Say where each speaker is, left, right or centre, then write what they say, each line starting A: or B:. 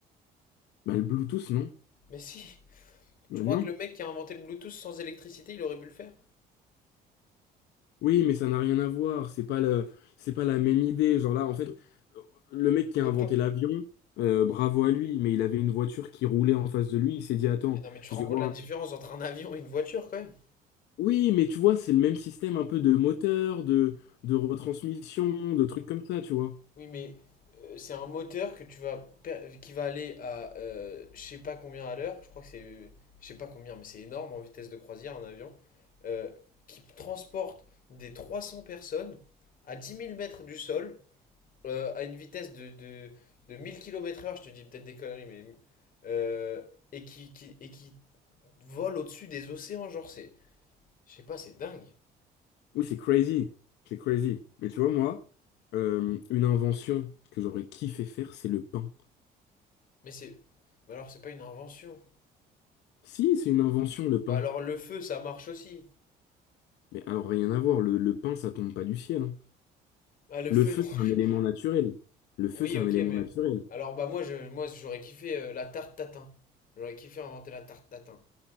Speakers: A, on the left (about 80°); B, on the left (about 55°).
A: Bah, le Bluetooth, non.
B: Mais si, tu
A: Euh,
B: crois
A: non.
B: que le mec qui a inventé le Bluetooth sans électricité, il aurait pu le faire?
A: Oui, mais ça n'a rien à voir, c'est pas le, c'est pas la même idée. Genre là, en fait, le mec qui a
B: Donc
A: inventé
B: toi...
A: l'avion, euh,
B: Bon.
A: bravo à lui, mais il avait une voiture qui roulait en face de lui, il s'est dit, attends,
B: Mais non, mais tu te
A: je
B: rends
A: vais
B: compte
A: voir
B: de la
A: un
B: différence entre un avion et une voiture quand même?
A: Oui, mais tu vois, c'est le même système un peu de moteur, de, de retransmission, de trucs comme ça, tu vois.
B: Oui, mais euh, c'est un moteur que tu vas per- qui va aller à euh, je sais pas combien à l'heure, je crois que c'est euh, je sais pas combien, mais c'est énorme en vitesse de croisière un avion, euh, qui transporte des 300 personnes à dix mille mètres du sol euh, à une vitesse de, de, de 1000 km/h, je te dis peut-être des conneries, mais euh, et qui, qui- et qui volent au-dessus des océans, genre c'est. Je sais pas, c'est dingue.
A: Oui, c'est crazy. C'est crazy. Mais tu vois, moi, euh, une invention que j'aurais kiffé faire, c'est le pain.
B: Mais c'est. Mais alors c'est pas une invention.
A: Si, c'est une invention, le pain.
B: Bah alors le feu ça marche aussi.
A: Mais alors, rien à voir, le, le pain, ça tombe pas du ciel. hein.
B: Ah le
A: Le
B: feu
A: feu,
B: non. <laughs>
A: c'est un élément naturel. Le feu,
B: Oui
A: c'est
B: ok
A: un élément
B: mais.
A: naturel.
B: Alors bah moi je moi j'aurais kiffé euh, la tarte tatin. J'aurais kiffé inventer la tarte tatin.